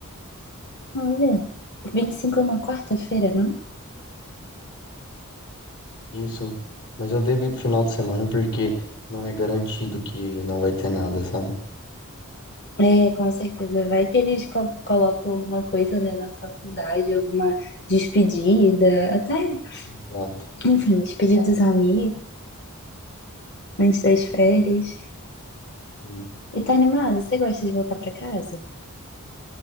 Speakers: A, on the left; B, on the left.
A: olha, 25 é uma quarta-feira, não?
B: Isso. Mas eu devo ir pro final de semana porque não é garantido que não vai ter nada, sabe?
A: É, com certeza. Vai que eles co- colocam alguma coisa, né, na faculdade, alguma despedida. Até
B: Exato.
A: Enfim, despedir dos amigos, antes das férias.
B: Sim,
A: E tá animado? Você gosta de voltar pra casa?